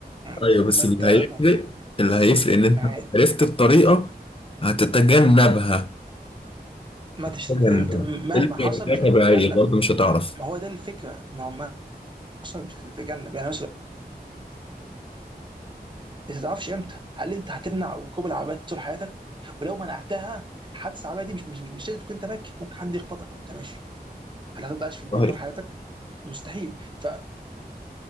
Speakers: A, on the right (about 30°); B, on the left (about 35°).
A: مم.
B: ايوه بس
A: ما انت
B: اللي هيفرق
A: مت-
B: اللي هيفرق ان
A: الميعاد
B: انت لو عرفت الطريقة هتتجنبها
A: ما تشت...
B: تجنبها
A: انت مهما
B: اللي
A: حصل
B: هي
A: مش هتتجنب
B: طبيعية برضه مش هتعرف
A: ما هو ده الفكره ما هو مهما حصل مش هتتجنب يعني انت ما تعرفش امتى هل انت هتمنع ركوب العربيات طول حياتك ولو منعتها حادثه عربيه دي مش مش مش, مش لازم تكون انت راكب ممكن حد يخبطك وانت ماشي هل هتفضل عايش في البيت
B: صحيح
A: طول حياتك مستحيل فما